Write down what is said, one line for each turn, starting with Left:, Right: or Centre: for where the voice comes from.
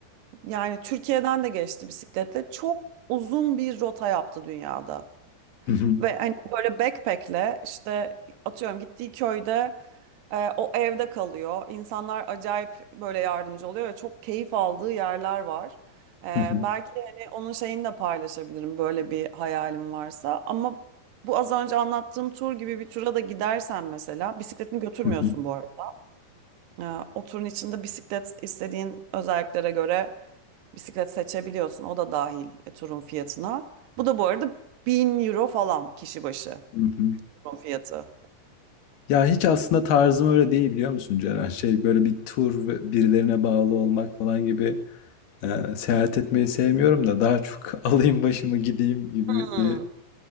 Right: yani Türkiye'den de geçti bisikletle. Çok uzun bir rota yaptı dünyada.
Left: hı hı,
Right: Ve hani böyle backpack'le işte atıyorum gittiği köyde e, o evde kalıyor. İnsanlar acayip böyle yardımcı oluyor ve çok keyif aldığı yerler var. E,
Left: hı hı,
Right: belki hani onun şeyini de paylaşabilirim böyle bir hayalim varsa. Ama bu az önce anlattığım tur gibi bir tura da gidersen mesela bisikletini götürmüyorsun
Left: hı hı,
Right: bu arada. E, o turun içinde bisiklet istediğin özelliklere göre bisiklet seçebiliyorsun. O da dahil e, turun fiyatına. Bu da bu arada 1000 euro falan kişi başı.
Left: hı hı.
Right: Patron fiyatı.
Left: Ya hiç aslında tarzım öyle değil biliyor musun Ceren? Şey böyle bir tur ve birilerine bağlı olmak falan gibi Eee, seyahat etmeyi sevmiyorum da daha çok <laughs> alayım başımı gideyim gibi
Right: Hmm.
Left: bir